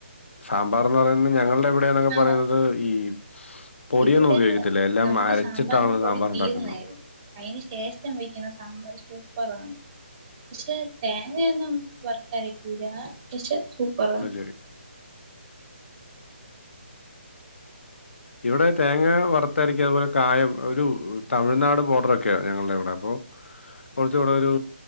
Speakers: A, on the left; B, on the right.
A: സാമ്പാറ്ന്ന് പറയുന്നത് ഞങ്ങളുടെ ഇവിടെന്നൊക്കെ
B: ആ
A: പറയുന്നത് ഈ പൊടിയൊന്നും
B: ഇവിടെ
A: ഉപയോഗിക്കത്തില്ല എല്ലാം
B: നമുക്ക്
A: അരച്ചിട്ടാണ്
B: സാമ്പാറിന്റെ പൊടി
A: സാമ്പാർ
B: തീർന്നായിരുന്നു
A: ഉണ്ടാക്കുന്നത്
B: അതിന് ശേഷം വെക്കുന്ന സാമ്പാർ സൂപ്പറാണ് പക്ഷെ തേങ്ങെയൊന്നും വർത്തരക്കൂല്ല പക്ഷെ സൂപ്പറാണ്
A: അത് ശരി ഇവിടെ തേങ്ങ വറുത്തരക്കും അതുപോലെ കായം ഒരു തമിഴ്നാട് ബോർഡർ ഒക്കെയ ഞങ്ങളുടെ ഇവിടെ അപ്പോ കുറച്ചു കൂടെ ഒരു